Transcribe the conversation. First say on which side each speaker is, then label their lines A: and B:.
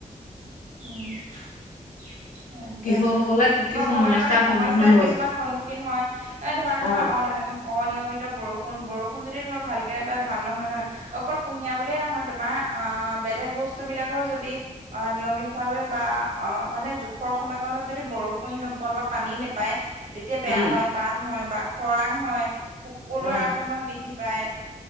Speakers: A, on the right; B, on the left.
A: <unintelligible> তাৰ
B: কৃষকসকলে
A: পিছত কৃষকসকলে
B: কি কি সমস্যাৰ
A: মানে
B: সন্মুখীন
A: সমস্যাৰ
B: হ'ব
A: কিছুমান
B: পাৰে
A: সন্মুখীন হয় এ ধৰা তোমাৰ
B: অ
A: অনিয়ম অনিয়মিত বৰষুণ বৰষুণ যদি তোমাৰ ভালকে নাপায় ভাল নহয় নহয় অকল কুঁহিয়া বুলিয়ে নহয় তোমাৰ অ বেলেগ বস্তু বিলাকৰ যদি অ নিয়মিত ভাৱে বা অ মানে জোখৰ সময়কণত যদি বৰষুণ নোপোৱা বা পানী নেপায় তেতিয়া বেয়া
B: উম
A: হয় বান হয় বা খৰাং হয় পোক পৰুৱা
B: উম
A: আক্ৰমণ বৃদ্ধি পায়